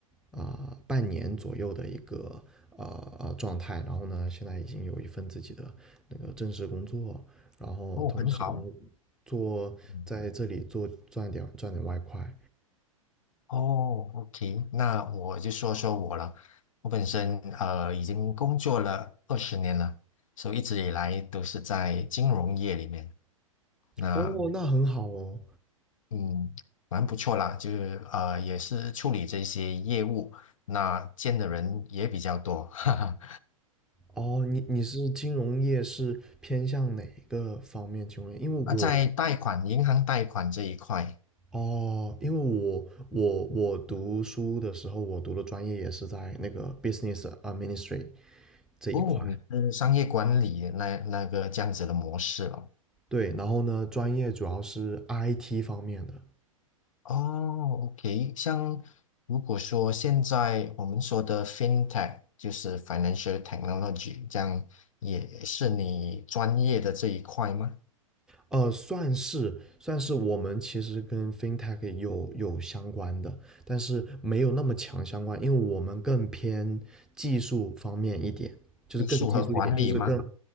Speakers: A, in the centre; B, on the left.
A: 啊、呃半年左右的一个呃呃状态，然后呢，现在已经有一份自己的那个正式工作，然后同时呢
B: 哦，很好，
A: 做在这里做赚点赚点外快，
B: 嗯哦，OK，那我就说说我了，我本身呃已经工作了二十年了，所以一直以来都是在金融业里面，那
A: 哦，那很好哦。
B: 嗯，蛮不错啦，就是呃也是处理这些业务，那见的人也比较多，<laughs> 哈哈，
A: 哦，你你是金融业是偏向哪一个方面金融业？因为我
B: 啊，在贷款银行贷款这一块。
A: 哦，因为我我我读书的时候，我读的专业也是在那个 business a m i n i s t r y 这一块。
B: 哦，你是商业管理那那个这样子的模式了。
A: 对，然后呢，专业主要是 IT 方面的，
B: 哦，OK，像如果说现在我们说的 FinTech 就是 Financial Technology，这样也是你专业的这一块吗？
A: 呃，算是算是我们其实跟 fintech 有有相关的，但是没有那么强相关，因为我们更偏技术方面一点，就是更技术一点，
B: 艺术和管理吗？
A: 就是更